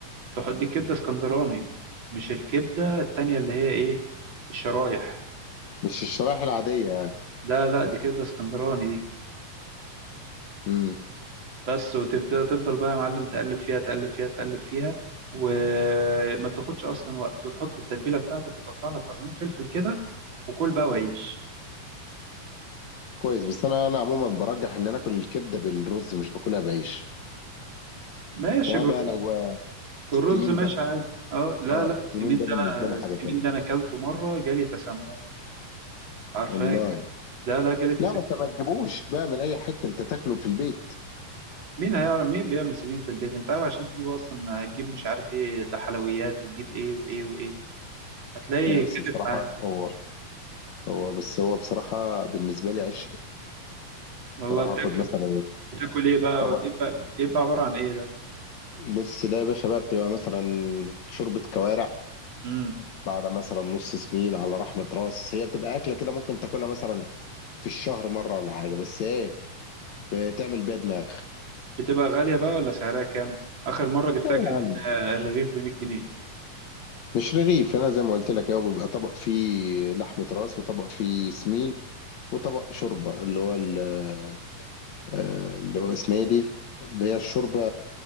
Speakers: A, on the right; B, on the left.
A: تحط دي الكبدة اسكندراني مش الكبدة التانية اللي هي ايه الشرايح
B: مش الشرايح العادية
A: لا لا دي كبدة اسكندراني دي
B: امم
A: بس وتفضل تفضل بقى يا معلم تقلب فيها تقلب فيها تقلب فيها وما بتاخدش اصلا وقت وتحط التتبيلة بتاعتك وتقطع لك قرنين فلفل كده وكل بقى وعيش
B: كويس بس انا انا عموما برجح ان انا اكل الكبدة بالرز مش باكلها بعيش
A: ماشي
B: وبقى
A: بالرز
B: لو
A: بالرز
B: السمين
A: ماشي
B: بقى
A: عادي اه لا
B: اه
A: لا
B: السمين
A: السمين
B: ده
A: ده
B: بالنسبة
A: انا
B: لي
A: السمين
B: حاجة تانية
A: ده انا اكلته مرة جالي تسمم عارفاك
B: والله
A: لا لا جريت
B: لا
A: السكة
B: ما انت ما تجيبوش بقى من اي حتة انت تاكله في البيت
A: مين هيعرف مين بيعمل سمين في البيت انت عارف عشان تجيبه اصلا هتجيب مش عارف ايه ده حلويات وتجيب ايه وايه وايه هتلاقي يكلف
B: لا بس بصراحة
A: معاك
B: هو هو بس هو بصراحة بالنسبة لي عشق
A: والله
B: بصراحة
A: بتاكل
B: اخد مثلا
A: بتاكل ايه بقى
B: طبق
A: بيبقى بيبقى عبارة عن ايه ده
B: بص ده يا باشا بقى بتبقى مثلا شوربة كوارع
A: امم
B: على مثلا نص سمين على رحمة راس هي بتبقى أكلة كده ممكن تاكلها مثلا في الشهر مره ولا حاجه بس ايه بتعمل بيها دماغ
A: بتبقى غالية بقى ولا سعرها كام اخر مرة جبتها
B: يعني
A: كان آه، الرغيف ب 100 جنيه
B: مش رغيف هنا زي ما قلت لك هو بيبقى طبق فيه لحمه راس وطبق فيه سمين وطبق شوربه اللي هو ال- آه، اللي هو اسمها ايه دي اللي هي الشوربه